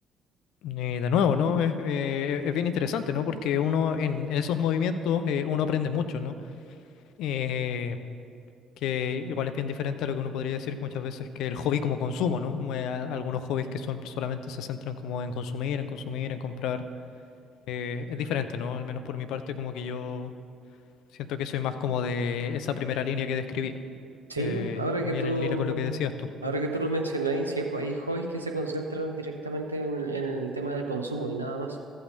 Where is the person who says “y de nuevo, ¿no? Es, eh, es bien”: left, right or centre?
Left